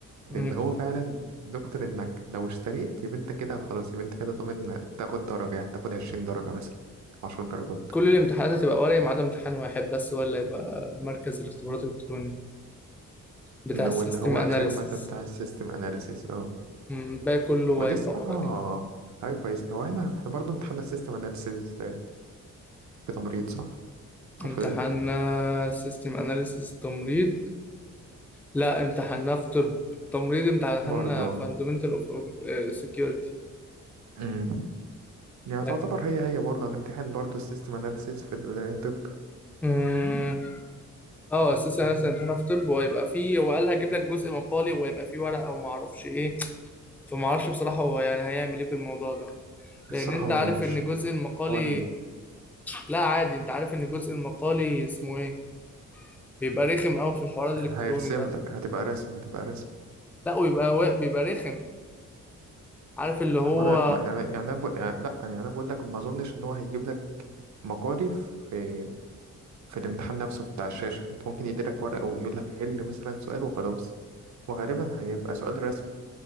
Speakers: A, in the centre; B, on the right.
A: الضحك.
B: لان هو فعلا دكتور انك لو اشتريت يبقى انت كده خلاص يبقى انت كده ضامن تاخد درجة يعني تاخد عشرين درجة مثلا عشر درجات
A: كل الامتحانات هتبقى ورقي ما عدا امتحان واحد بس هو اللي هيبقى مركز الاختبارات الالكتروني بتاع
B: إن-
A: السيستم
B: واللي هو
A: اناليسيس
B: اخر مادة بتاع السيستم اناليسيز اه
A: الباقي كله
B: ودي
A: هيبقى
B: الصراحة
A: ورقي
B: حاجة كويسة هو انا احنا برضه امتحنا السيستم اناليسيز في تمريض صح او
A: امتحاننا
B: في طب
A: سيستم اناليسيس تمريض لا امتحاننا في طب تمريض امتحاننا
B: برضه
A: فاندمنتال اوف سكيورتي
B: امم يعني
A: لك
B: تعتبر هي هي برضه هنمتحن برضه السيستم اناليسيز في الطب
A: مم، اه اساسا انا امتحاننا في طب وهيبقى فيه هو قال هجيب لك جزء مقالي وهيبقى فيه ورقه وما اعرفش ايه فما اعرفش بصراحه هو يعني هيعمل ايه في الموضوع ده
B: الصراحة
A: لان انت
B: ما
A: عارف
B: اظنش
A: ان جزء المقالي
B: هو
A: لا عادي انت عارف ان الجزء المقالي اسمه ايه بيبقى رخم قوي في الحوار الالكتروني
B: هيرسم
A: ده
B: لك هتبقى رسم هتبقى رسم
A: لا ويبقى وا- بيبقى رخم عارف اللي هو
B: هو انا ما- يعني يعني انا بقول يعني لا يعني انا بقول لك ما اظنش ان هو هيجيب لك مقالي في في الامتحان نفسه بتاع الشاشه انت ممكن يديلك ورقه ويقول لك حل مثلا سؤال وخلاص وغالبا هيبقى سؤال رسم